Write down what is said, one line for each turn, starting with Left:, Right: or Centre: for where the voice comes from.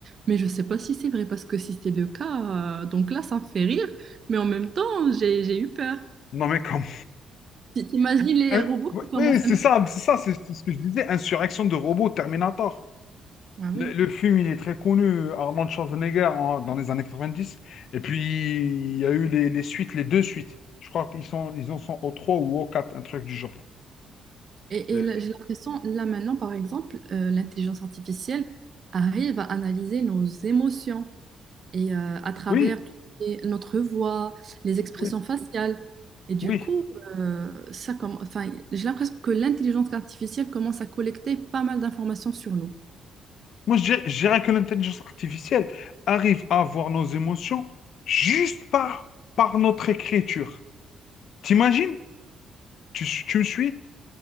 Right: mais je ne sais pas si c'est vrai parce que si c'est le cas, euh, donc là, ça me fait rire, mais en même temps, j'ai j'ai eu peur.
Left: Non mais comme...
Right: T'imagines les
Left: Un-
Right: robots
Left: Oui,
Right: qui commencent
Left: oui, c'est
Right: à...
Left: ça, c'est ça, c'est c'est ce que je disais, insurrection de robots Terminator.
Right: Ah
Left: Le,
Right: oui.
Left: le film, il est très connu, Armand Schwarzenegger, en- dans les années 90. Et puis, il y a eu les, les suites, les deux suites. Je crois qu'ils sont, ils en sont au 3 ou au quatre, un truc du genre.
Right: Et,
Left: Euh,
Right: et là, j'ai l'impression, là maintenant, par exemple, euh, l'intelligence artificielle arrive à analyser nos émotions et euh, à travers
Left: Oui,
Right: tout ce qui est notre voix, les expressions
Left: oui,
Right: faciales. Et du
Left: oui.
Right: coup, euh, ça comme, enfin, j'ai l'impression que l'intelligence artificielle commence à collecter pas mal d'informations sur nous.
Left: Moi, je dirais je dirais que l'intelligence artificielle arrive à voir nos émotions juste par, par notre écriture. T'imagines? Tu, tu me suis?